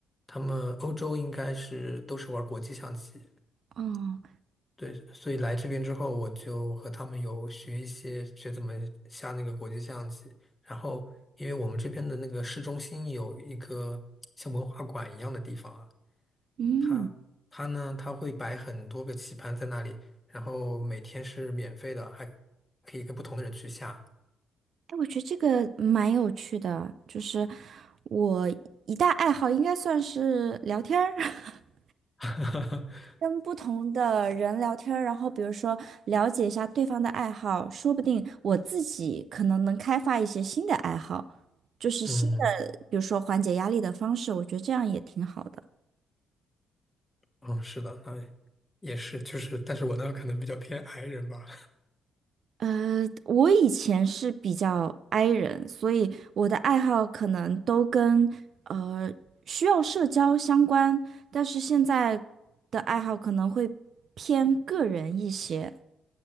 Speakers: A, on the left (about 20°); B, on the right (about 60°).
A: 他们欧洲应该是都是玩国际象棋。
B: 哦，
A: 对，所以来这边之后，我就和他们有学一些学怎么下那个国际象棋。然后，因为我们这边的那个市中心有一个像文化馆一样的地方啊。
B: 嗯，
A: 他他呢，他会摆很多个棋盘在那里，然后每天是免费的，还可以跟不同的人去下
B: 哎，我觉得这个蛮有趣的，就是我一大爱好应该算是聊天儿。<laughs>
A: <laughs>。
B: 跟不同的人聊天儿然后比如说了解一下对方的爱好，说不定我自己可能能开发一些新的爱好，就是新的，
A: 嗯
B: 比如说缓解压力的方式，我觉得这样也挺好的。
A: 嗯，是的，那也是，就是，但是我呢可能比较偏 i 人吧。
B: 呃，我以前是比较 i 人，所以我的爱好可能都跟呃需要社交相关，但是现在的爱好可能会偏个人一些。